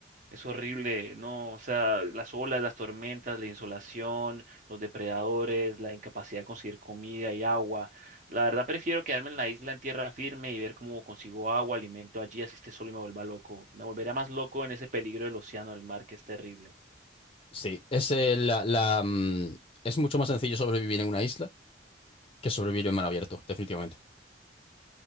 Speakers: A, on the right; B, on the left.
A: Es horrible, ¿no? O sea, las olas, las tormentas, la insolación, los depredadores, la incapacidad de conseguir comida y agua. La verdad prefiero quedarme en la isla en tierra firme y ver cómo consigo agua, alimento allí, así esté solo y me vuelva loco. Me volvería más loco en ese peligro del océano, del mar, que es terrible.
B: Sí, es, eh, la, la, mm, es mucho más sencillo sobrevivir en una isla que sobrevivir en mar abierto, definitivamente.